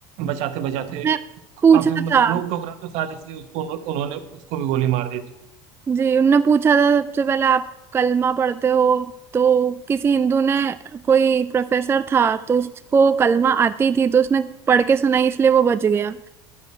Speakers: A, on the right; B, on the right.
A: बचाते बचाते
B: मैं
A: काफी
B: पूछा
A: मतलब
B: था
A: रोक टोक रहा तो शायद इसलिए उसको उन्हो- उन्होंने उसको भी गोली मार दी थी
B: जी उनने पूछा था सबसे पहले आप कलमा पढ़ते हो तो किसी हिंदू ने कोई प्रोफेसर था तो उसको कलमा आती थी तो उसने पढ़ के सुनाई इसलिए वो बच गया